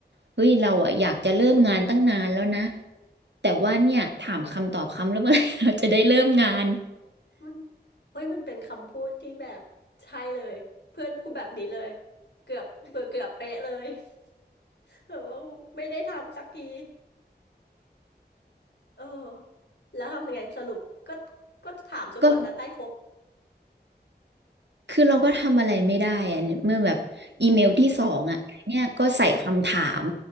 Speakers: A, on the right; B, on the left.
A: เฮ้ยเราอ่ะอยากจะเริ่มงานตั้งนานแล้วนะแต่ว่าเนี่ยถามคำตอบคำแล้วเมื่อไหร่เราจะได้เริ่มงาน
B: มันเฮ้ยมันเป็นคำพูดที่แบบใช่เลยเพื่อนพูดแบบนี้เลยเกือบเกือบเป๊ะเลย <laughs> แบบว่าไม่ได้ทำสักทีเออแล้วทำยังไงสรุปก็ก็ถามจนกว่าจะได้ครบ
A: ก็ คือเราก็ทำอะไรไม่ได้อะเนี่ยเมื่อแบบอีเมลที่สองอ่ะเนี่ยก็ใส่คำถาม
B: อืม